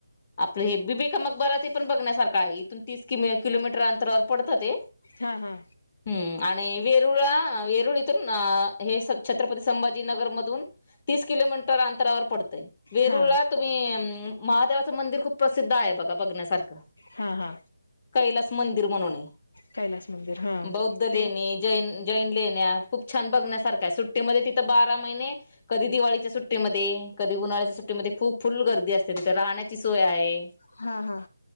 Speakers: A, on the left (about 25°); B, on the left (about 65°).
A: आप हे ब मकबरा ते पण बघण्यासारखा आहे इथून तीस किलोमीटर अंतरावर पडतं ते
B: हा हा
A: हम्म आणि वेरुळा वेरुळ इथून हे छत्रपती संभाजीनगरमधून तीस किलोमीटर अंतरावर पडतंय वेरूळला
B: हा
A: तुम्ही महादेवाचं मंदिर खूप प्रसिद्ध आहे बघा बघण्यासारखं
B: हा हा
A: पहिलास मंदि म्हणून
B: कैलास मंदिर हा
A: बौद्ध ले
B: ते
A: जैन जैन लेण्या खूप छान बघण्यासारखा सुट्टीमध्ये तिथं बारा महिने कधी दिवाळीच्या सुट्टीमध्ये कधी उन्हाळ्याच्या सुट्टीमध्ये खूप फुल गर्दी असते तिथे राहण्याची सोय आहे
B: हा हा